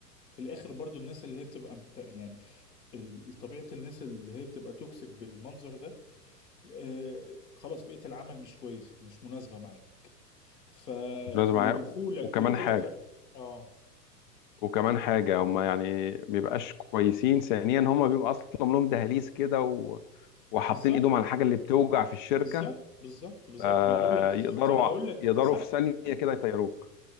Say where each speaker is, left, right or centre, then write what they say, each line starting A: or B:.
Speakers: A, on the left (about 70°); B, on the left (about 30°).
A: في الاخر برضو الناس اللي هي بتبقى مت... يعني ال- طبيعة الناس اللي هي بتبقى توكسيك بالمنظر ده آه خلاص بيئة العمل مش كويسة مش مناسبة معاك ف
B: لازم
A: ودخولك
B: معاه وكمان
A: ودخولك
B: حاجه
A: ف... اه
B: وكمان حاجه هم يعني بيبقاش كويسين ثانيا هم بيبقى اصلا لهم دهاليز كده و... وحاطين
A: بالظبط
B: ايدهم على الحاجه اللي بتوجع في الشركه
A: بالظبط بالظبط بالظبط
B: فيقدروا
A: ما انا بقول لك
B: يقدروا
A: فانا بقول لك
B: يقدروا
A: صح
B: في ثانيه كده يطيروك